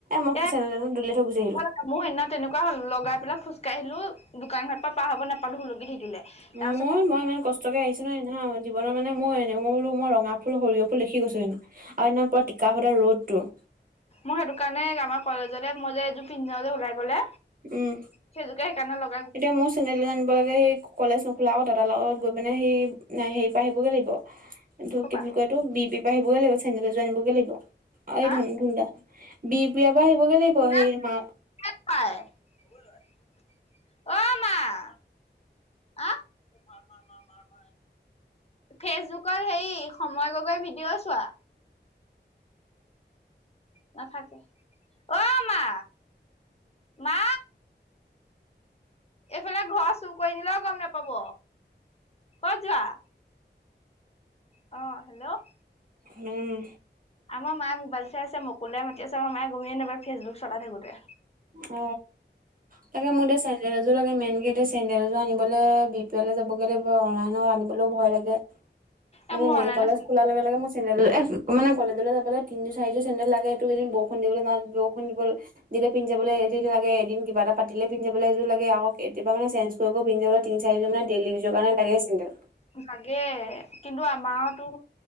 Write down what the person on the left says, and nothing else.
এ
মোৰ সেইদিনা তেনেকুৱা হল লগাই পেলাই খোজকাঢ়িলো দোকান ঘৰ পৰা পাৰ হব নাপালো হলুকি থাকিলে। তাৰপিছত
মই সেইটো কাৰণে আমাৰ কলেজতে মই যে এইযোৰ পিন্ধ যাওঁ যে ওলাই গলে,
সেইযোকে সেইকাৰণে লগ
ক'পা
আহ
মোনা
<unintelligible> অ মাহ, আহ <unintelligible> ফেচবুকত হেই সময় গগৈ ভিডিঅ' চোৱা। নাথাকে অ মা, মা, এইফালে ঘৰ চুৰ কৰি নিলেও গম নাপাব, কত যোৱা? <unintelligible> অ হেল্ল',
আমাৰ মাই মোবাইল চাই আছে মুকলডাই মাতি আছে, আমাৰ মাইয়ে গমেই নাপাই ফেচবুক চলাই থাকোতে।
এ মই
অনলাইনত
লাগে কিন্তু আমাৰতো,